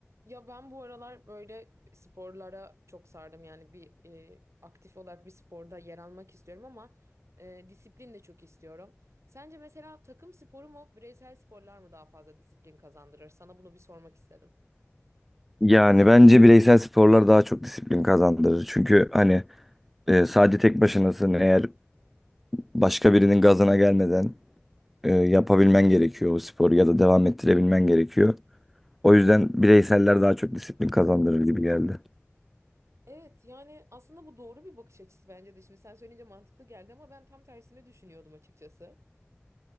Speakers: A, on the right (about 80°); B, in the centre.
A: Ya ben bu aralar böyle sporlara çok sardım. Yani bir e, aktif olarak bir sporda yer almak istiyorum ama e, disiplin de çok istiyorum. Sence mesela takım sporu mu, bireysel sporlar mı daha fazla disiplin kazandırır? Sana bunu bir sormak istedim.
B: Yani bence bireysel sporlar daha çok disiplin kazandırır. Çünkü hani e, sadece tek başınasın. Eğer başka birinin gazına gelmeden e, yapabilmen gerekiyor o sporu ya da devam ettirebilmen gerekiyor. O yüzden bireyseller daha çok disiplin kazandırır gibi geldi.
A: Evet yani aslında bu doğru bir bakış açısı bence de. Şimdi sen söyleyince mantıklı geldi ama ben tam tersini düşünüyordum açıkçası.